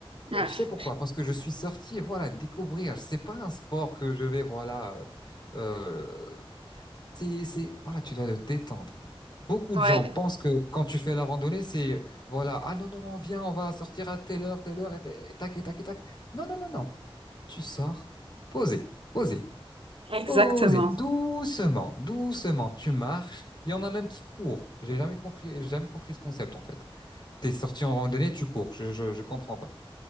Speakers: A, on the right; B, on the left.
A: Ouais,
B: Euh, Tu sais pourquoi? Parce que je suis sorti, voilà, découvrir. C'est pas un sport que je vais, voilà. euh, euh, c'est, c'est, voilà, tu dois te détendre. Beaucoup
A: ouais,
B: de gens pensent que quand tu fais la randonnée, c'est, voilà, ah non, non, non, viens, on va sortir à telle heure, telle heure, et, t- et tac, et tac, et tac. Non, non, non, non. Tu sors, posé, posé,
A: Exactement.
B: posé, doucement, doucement. Tu marches. Il y en a même qui courent. J'ai jamais compris, j'ai jamais compris ce concept, en fait. T'es sorti en randonnée, tu cours. Je, je, je comprends pas.